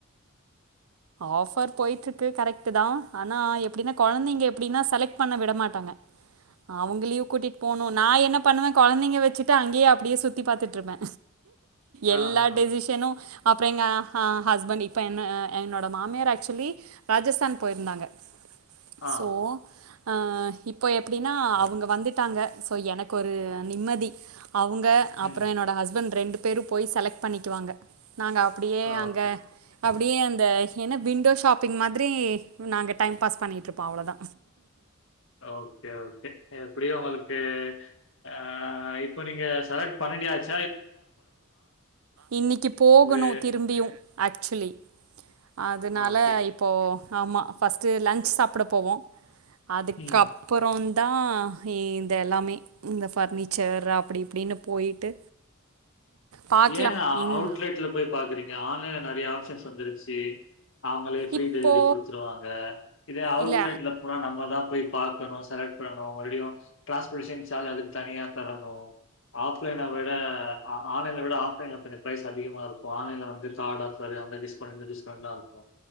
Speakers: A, on the right; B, on the left.
A: ஆஃபர் போய்ட்ருக்கு கரெக்டு தா ஆனா எப்பிடினா கொழந்தைங்க எப்பிடினா செலக்ட் பண்ண விட மாட்டாங்க. அவுங்களயு கூட்டிட் போணு நா என்ன பண்ணுவே கொழந்தைங்க வெச்சிட்டு அங்கியே அப்டியே சுத்தி பாத்துட்ருப்பே.
B: ஆ,
A: எல்லா
B: ஆ, ஆ,
A: டெசிஷனு அப்புற எங்க ஹ ஹஸ்பண்ட் இப்ப என்ன என்னோட மாமியார் ஆக்சுவலி ராஜஸ்தான் போயிருந்தாங்க.
B: ஆ.
A: சோ அ இப்போ எப்டின்னா அவுங்க வந்துட்டாங்க சோ எனக்கு ஒரு நிம்மதி. அவுங்க அப்புற
B: ம்.
A: என்னோட ஹஸ்பண்ட் ரெண்டு பேரு போய் செலக் பண்ணிக்குவாங்க. நாங்க அப்டியே
B: ஓகே.
A: அங்க அப்டியே அ த என்ன விண்டோ ஷாப்பிங் மாதிரி நாங்க டைம் பாஸ் பண்ணிகிட்டுருப்போ அவ்ளோதா
B: ஓகே ஓகே எப்படி உங்களுக்கு ஆஹ் இப்ப நீங்க செலக்ட் பண்ணிண்டியாச்சு
A: இன்னைக்கு போகணு
B: இது
A: திரும்பியும் ஆக்சுலி அதனால
B: ஓகே.
A: இப்போ ஆமா ஃபர்ஸ்ட்டு லன்ச் சாப்ட போவோ அதுக்கப்
B: ம்.
A: புறோ தா இதல்லாமே இந்த ஃபர்னிச்சர் அப்டி இப்டின்னு போயிட்டு பாக்கலாம்
B: ஏன்
A: ம்
B: அவுட்லெட்ல போய் பாக்குறீங்க ஆன்லைன்ல நெறைய ஆப்ஷன்ஸ் வந்துருச்சி அவங்களே ஃப்ரீ
A: இப்போ
B: டெலிவரி குடுத்துருவாங்க இதே அவுட்லெட்ல
A: இல்ல
B: போனா நம்மதா போய் பாக் கணு செலக்ட் பண்ணணு மறுடியும் டிரான்ஸ்போடேஷன் சார்ஜ் அதுக்கு தனியா தரணு ஆஃப்லைன விட ஆ ஆன்லைன் இதவிட ஆஃப்லைன்ல கொஞ்சோ பிரரைஸ் அதிகமா இருக்கு ஆன்லைன்ல வந்து கார்டு ஆபர் அந்த டிஸ்கவுண்ட் இந்த டிஸ்கவுண்ட்லா இருக்கும்